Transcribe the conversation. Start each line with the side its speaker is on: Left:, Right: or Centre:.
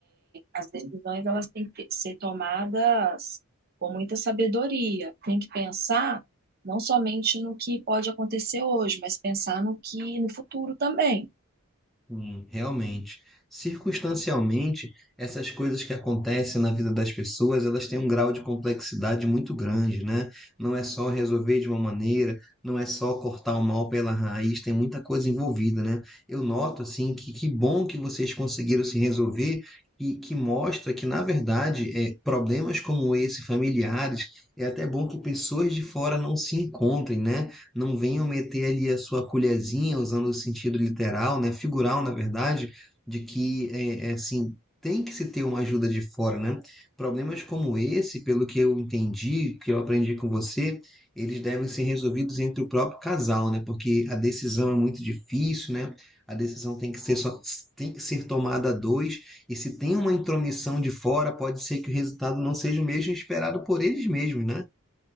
Right: As decisões elas têm que ser tomadas com muita sabedoria. Tem que pensar não somente no que pode acontecer hoje, mas pensar no que no futuro também.
Centre: Sim, realmente. Circunstancialmente, essas coisas que acontecem na vida das pessoas, elas têm um grau de complexidade muito grande, né? Não é só resolver de uma maneira, não é só cortar o mal pela raiz, tem muita coisa envolvida, né? Eu noto, assim, que que bom que vocês conseguiram se resolver e que mostra que, na verdade, é, problemas como esse, familiares, é até bom que pessoas de fora não se encontrem, né? não venham meter ali a sua colherzinha, usando o sentido literal, né, figural, na verdade, de que, é, é, assim, tem que se ter uma ajuda de fora, né? Problemas como esse, pelo que eu entendi, que eu aprendi com você, eles devem ser resolvidos entre o próprio casal, né? Porque a decisão é muito difícil, né? A decisão tem que ser só, tem que ser tomada a dois, e se tem uma intromissão de fora, pode ser que o resultado não seja o mesmo esperado por eles mesmos, né?